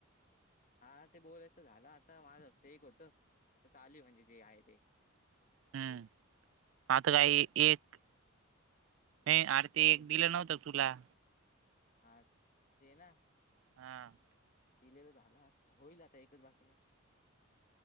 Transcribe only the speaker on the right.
हम्म
आता काही एक नाही अर ते
एक दिलं नव्हतं. टोला,
हां